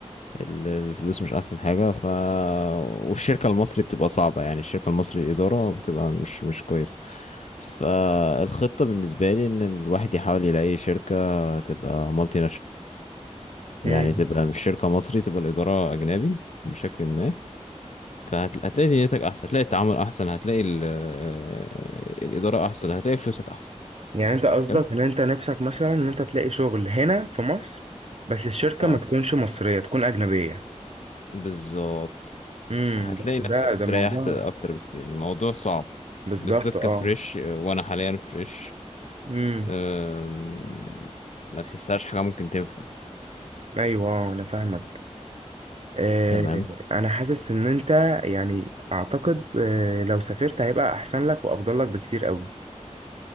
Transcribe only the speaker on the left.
ال- الفلوس مش أحسن حاجة ف والشركة المصري بتبقى صعبة يعني الشركة المصري الإدارة بتبقى مش مش كويس فالخطة بالنسبة لي إن الواحد يحاول يلاقي شركة تبقى مالتي ناشونال
يعني تبقى مش شركة مصري تبقى الإدارة أجنبي بشكل ما فهتلاقي دنيتك احسن هتلاقي التعامل احسن هتلاقي ال- آه، الاداره احسن هتلاقي فلوسك احسن
حلو
اه
بالظبط
هتلاقي
نفسك
استريحت
اكتر بكتير الموضوع صعب
بالذات كفريش
آه، وانا حاليا فريش
أم، ما تحسهاش حاجه ممكن تنفع
تمام